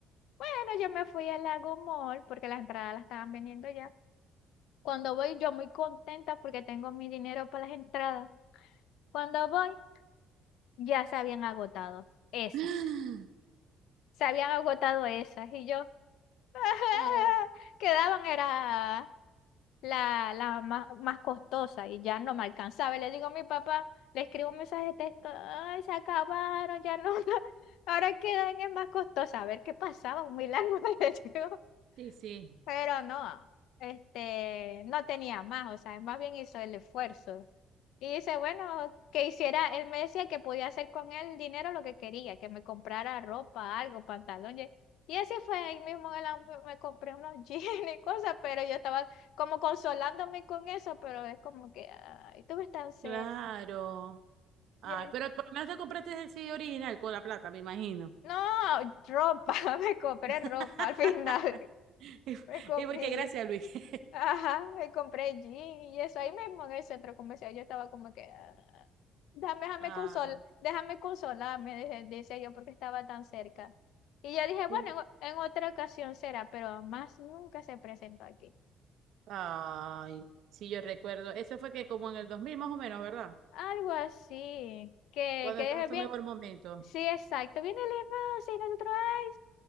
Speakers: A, on the left; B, on the right.
A: Bueno, yo me fui al Lago Mall porque las entradas las estaban vendiendo ya. Cuando voy, yo muy contenta porque tengo mi dinero para las entradas. Cuando voy, ya se habían agotado esas.
B: <gasps>
A: Se habían agotado esas. Y yo. <laughs>
B: Ah,
A: Quedaban era la, la más, más costosa y ya no me alcanzaba. Y le digo a mi papá, le escribo un mensaje de texto, ay, se acabaron, ya no, <laughs> ahora quedan en más costosa. A ver qué pasaba, un milagro. <laughs> le digo.
B: sí, sí.
A: Pero no, este, no tenía más, o sea, más bien hizo el esfuerzo. Y dice, bueno, que hiciera, él me decía que podía hacer con el dinero lo que quería, que me comprara ropa, algo, pantalón. Y y así fue, ahí mismo él am- me compré unos <laughs> jeans y cosas, pero yo estaba como consolándome con eso, pero es como que, ay, tú ves tan cerca.
B: Claro. Ay,
A: Yo le-
B: pero por lo menos te compraste el CD original con la plata, me imagino.
A: no, ropa, <laughs> me compré
B: <laughs>
A: ropa al final, <laughs>
B: Y,
A: me compré
B: y voy que gracias,
A: jeans.
B: Luis. <laughs>
A: Ajá, me compré jean y eso ahí mismo en el centro comercial. Yo estaba como que, "Ah, déjame, déjame
B: Ah,
A: consol, déjame consolarme, dije- decía yo, porque estaba tan cerca. Y yo dije, bueno,
B: sí.
A: en, o- en otra ocasión será, pero más nunca se presentó aquí.
B: Ay, sí, yo recuerdo. Eso fue que como en el 2000, más o menos, ¿verdad?
A: Algo así, que,
B: Cuando
A: que
B: estaba
A: dije
B: en su
A: bien.
B: mejor momento.
A: Sí, exacto, viene el hermano, y nosotros, ay,